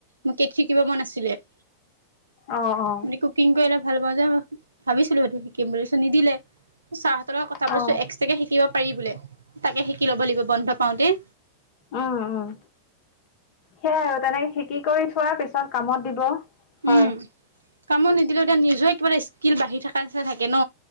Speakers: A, on the right; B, on the left.
A: মোক কেক শিকিব মন আছিলে।
B: অঁ অঁ।
A: মানে কুকিং কৰিলে ভাল পাওঁ যে ভাবিছিলো সেইটো শিকিম বুলি নিদিলে। ছাৰহতৰ লগত কথা পাতিছো
B: অ অ
A: এক্সট্ৰাকে শিকিব পাৰি বোলে তাকে শিকি ল'ব লাগিব বন্ধ পাওঁতে।
B: উ উম। সেয়াই আৰু তেনেকে শিকি কৰি থোৱা পিছত কামত দিব হয়।
A: উম। কামত নিদিলেও এতিয়া নিজৰে কিবা এটা স্কিল বাঢ়ি থকা নিচিনা থাকে ন।